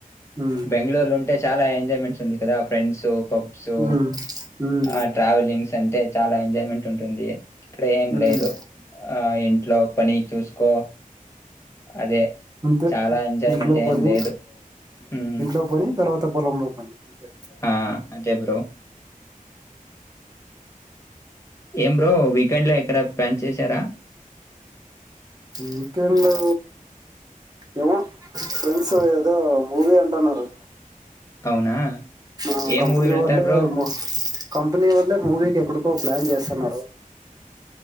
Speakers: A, on the right; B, on the left.
A: ఉమ్
B: బెంగళూరులు ఉంటే చాలా ఎంజాయ్మెంట్స్ ఉంది దా ఫ్రెండ్స్ పబ్సు
A: ఉమ్ ఉమ్
B: ఆ ట్రావెలింగ్స్ అంటే చాలా ఎంజాయ్ మెంట్ టుంటుంది ఇక్కడ ఏం
A: ఉమ్
B: లేదు
A: ఉమ్.
B: అ ఆ ఇంట్లో పని చూసుకో అదే
A: అంతే
B: చాలా ఎంజాయ్మెంట్
A: ఇంట్లో
B: ఏం
A: పని
B: లేదు హ్మ్
A: ఇంట్లో పని తర్వా పొలంలో పని అంతే
B: ఆ అంతే బ్ర ఏం బ్రో వీకెండ్ లో ఎక్కడ ప్లాన్ చేసారా
A: వీకెండ్ లో ఏమో ఫ్రెండ్స్ ఏదో మూవీ అంటున్నారు
B: అవునా
A: మా
B: ఏ
A: కంపనీ
B: మూవీ వెళ్తారు
A: వాళ్లే
B: బ్రో
A: మొ కంపెనీ వాళ్లే మూవీకి ఎక్కడికో ప్లాన్ చేస్తున్నారు